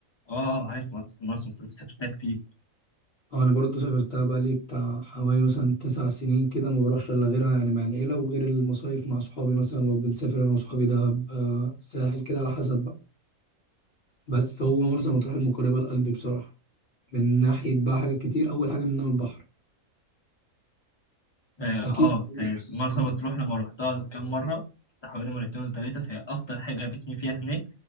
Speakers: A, on the left (about 30°); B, on the left (about 55°).
A: اه اه عارف مرسى مرسى مطروح سافرتها كتير
B: اه انا برضو سافرتها بقى لي بتاع حوالي مثلا تسع سنين كده ما بروحش الا غيرها يعني مع العيله وغير المصايف مع صحابي مثلا لو بنسافر انا وصحابي دهب آه، ساحل كده على حسب بقى بس هو مرسى مطروح المقربه لقلبي بصراحه من ناحيه بقى حاجات كتير اول حاجه منها البحر
A: فا
B: اكيد
A: اه
B: <laughs>
A: في مرسى
B: اه
A: مطروح لما روحتها كام مرة بتاع حوالي مرتين ولا تلاتة فهي أكتر حاجة عجبتني فيها هناك